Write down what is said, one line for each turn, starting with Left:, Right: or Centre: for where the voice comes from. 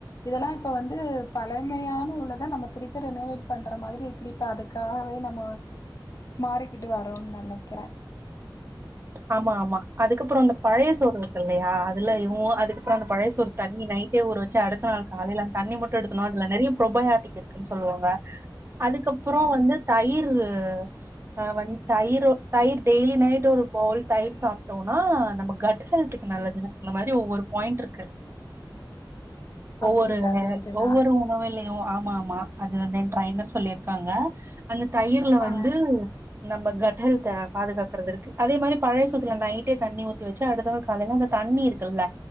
Left: இதெல்லா இப்ப வந்து பழமையான உள்ள தா நம்ம திருப்பி ரினவேட் பண்ற மாதிரி திரிப்பி அதுக்காகவே நம்ம மாறிக்கிட்டு வரோ நனைக்கிற
Right: ஆமா ஆமா அதுக்கப்ரோ அந்த பழைய சோறு இருக்கு இல்லயா அதுல இவுங்களு அதுக்கு போனப்அந்த பழைய சோறு தண்ணி நைட்டே ஒரு வச்சி அடுத்த நாள் காலேல தண்ணி மட்டு எடுக்கணுன அதுல நெறைய ப்ரோபையாட்டிக் இருக்குன்னு சொல்லுவாங்க அதுக்கப்புறம் வந்து தயிரு ஆ வந்து தயிர் தயிர் டெய்லி நைட் ஒரு பவுல் தயிர் சாப்டோனா நம்ம கட் ஹெல்துக்கு நல்லதுன்னு இந்த மாரி ஒவ்வொரு பாயிண்ட் இருக்கு
Left: அப்டிங்களா
Right: ஒவ்வொரு ந
Left: தோழி சரி
Right: ஒவ்வொரு
Left: நா
Right: உணவிலே ஏ ஓ ஆமா ஆமா அது வந்து டிரைனர் சொல்லிருக்காங்க அந்த தயிர்ல
Left: ஆ
Right: வந்து நம்ம கட்கெல்த்த பாதுகாக்றதுக்கு அதே மாரி பழைய சோத்துல நைட்டே தண்ணி ஊத்தி வச்ச அடுத்த நாள் காலேல அந்த தண்ணி இருக்குல